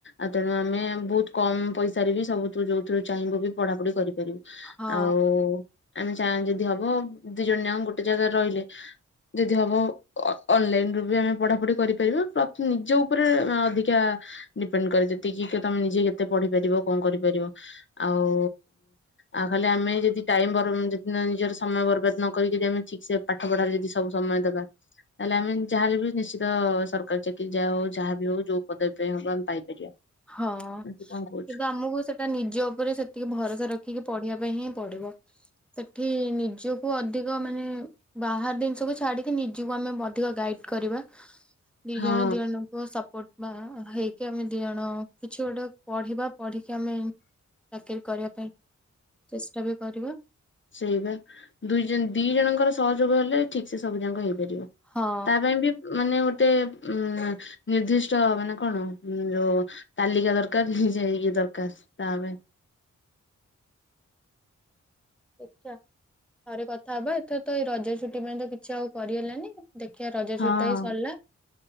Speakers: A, on the left; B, in the centre.
A: ଆଉ ତେଣୁ ଆମେ ବହୁତ କମ ପଇସାରେ ବି ସବୁୁଠୁ ଯୋଉଥିରୁ ଚାହିଁବୁ ବି ପଢାପଢି କରିପାରିବୁ।
B: ହଁ
A: ଆଉ ଆମେ ଚା ଯଦି ହବ ଦି ଜଣ ଯାକ ଗୋଟେ ଜାଗାରେ ରହିଲେ ଯଦି ହବ ଅ ଅନଲାଇନ ବି ବି ଆମେ ପଢାପଢି କରିପାରିବା ପ୍ରତି ନିଜ ଉପରେ ଅଧିକା ଡିପେଣ୍ଡ କରେ ଯେତିକି କେ ତମେ ନିଜେ କେତେ ପଢିପାରିବ କଣ କରିପାରିବ ଆଉ ଆଉ ଖାଲି ଆମେ ଯଦି ଟାଇମ ବରଂ ଜିତନ ନିଜର ସମୟ ବର୍ବାଦ ନକରିକି ଯେମିତି ଠିକ ସେ ପାଠ ପଢାରେ ଯଦି ସବୁ ସମୟ ଦବା ତାହେଲେ ଆମେ ଯାହାେଲେ ବି ନିଶ୍ଚିତ ସରକାରୀ ଚାକିରି ଯାହା ହଉ ଯାହା ବି ହଉ ଯୋଉ ପଟେ ବି ହବ ଆମେ ପାଇପାରିବା।
B: ହଁ
A: ତୁ
B: କିନ୍ତୁ
A: କଣ କହୁଛୁ
B: ଆମକୁ ସେ ତା ନିଜ ଉପରେ ସେତିକି ଭରସା ରଖିକି ପଢିବା ପାଇଁ ହିଁ ପଢିବ। ସେଠି ନିଜକୁ ଅଧିକ ମାନେ ବାହାର ଜିନିଷକୁୁ ଛାଡିକି ନିଜକୁ ଆମେ ଅଧିକ ଗାଇଡ କରିବା। ଦି
A: ହଁ
B: ଜଣ ଦି ଜଣଙ୍କୁ ସପୋର୍ଟ ବା ହେଇକି ଆମେ ଦି ଜଣ ଣ କିଛି ଗୋଟେ ପଢିବା ପଢିକି ଆମେ ଚାକିରୀ କରିବା ପାଇଁ ଚେଷ୍ଟା ବି କରିବା।
A: ସେଇବା ଦୁଇ ଦି ଜଣଙ୍କର ସହଯୋଗ ହେଲେ ଠିକ ସେ ସବୁ ଜାକ ହେଇପାରିବ।
B: ହଁ
A: ତା ପାଇଁ ବି <inaudible> ମାନେ ଗୋଟେ ହୁଁ ନିର୍ଦ୍ଦିଷ୍ଟ ମାନେ କଣ ଯୋଉ? ତାଲିକା ଦରକାର ନିଜେ ହେଇକି ଦରକାର ତା ପାଇଁ।
B: ଦେଖିଆ, ଥରେ କଥା ହବା ଏଥର ତ ଏଇ ରଜ ଛୁଟି ପାଇଁ ତ କିଛି ଆଉ କରିହେଲାନି ଆଉ। ଦେଖିିବା ରଜ
A: ହଁ।
B: ଛୁଟି ଟ ହେଇ ସରିଲା।